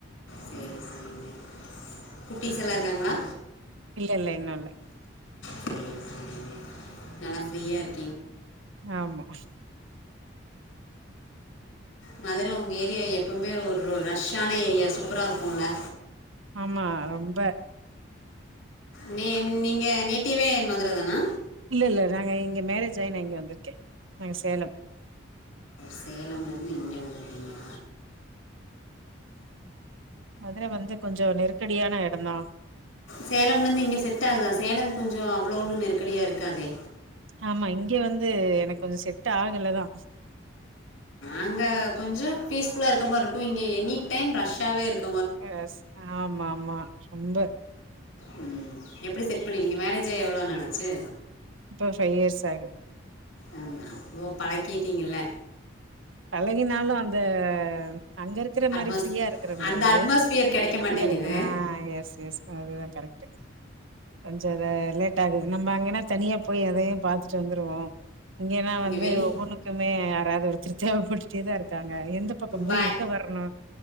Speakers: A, on the left (about 85°); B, on the right (about 80°).
A: சேரி சேரிங்க குட்டிஸெல்லா இருக்காங்ளா
B: இல்ல இல்ல இன்னு இல்ல
A: சரி சரிங்க நல்லா ஃப்ரீயா இருக்
B: ஆமா
A: மதுர ஒங்க ஏரியா எப்பமே ஒர்ரொரு ரஷ்ஷான ஏரியா சூப்பரா இருக்குல
B: ஆமா ரொம்ப
A: நீ நீங்க நேட்டிவே மதுர தானா
B: இல்ல இல்ல நாங்க இங்க மேரேஜ் ஆயி நா இங்க வந்திருக்கே நாங்க சேலம்
A: சேலம்லருந்து இங்க வந்துருக்கீங்ளா
B: மதுர வந்து கொஞ்ச நெருக்கடியான எடந்தா
A: சேலம்லருந்து இங்க செட் ஆகுதா சேலம் கொஞ்ச அவ்ளோ ஒன்னு நெருக்கடியா இருக்காதே
B: ஆமா இங்க வந்து எனக்கு கொஞ்ச செட் ஆகலதா
A: அங்க கொஞ்ச பீஸ் ஃபுல்லா இருக்குற மாரி இருக்கு இங்க எனி டைம் ரஷ்ஷாவே இருக்
B: எஸ் ஆமாம்மா ரொம்ப
A: ம் எப்டி செட் பண்ணிர்றீங்க மேரேஜ் ஆயி எவ்ளோ நல்லாச்சு
B: இப்ப ஃபைவ் இயர்ஸ் ஆகுது
A: ஆமா ஓ பழக்கிட்டீங்கல்ல
B: பழகினாலு அந்த அங்க இருக்கற
A: அட்மாஸ்
B: மாரி ப்ரீயா இருக்கற முடியாது
A: அந்த அட்மாஸ்பியர் கிடைக்க மாட்டேங்குது
B: பியர் அ எஸ் எஸ் அதுதான் கரெக்ட்டு கொஞ்சோ இத லேட்டாகுது நம்ம அங்கன்ன தனியா போய் அதயும் பாத்துட்டு வந்துருவோ இங்கன்னா
A: இங்கே
B: வந்து
A: வெளி
B: ஒவ்வொண்ணுக்குமே யாராவது ஒருத்தர் தேவைப்பட்டுடேதா இரு க்காங்க எந்த பக்கம்
A: பய
B: போய் எங்க வரணு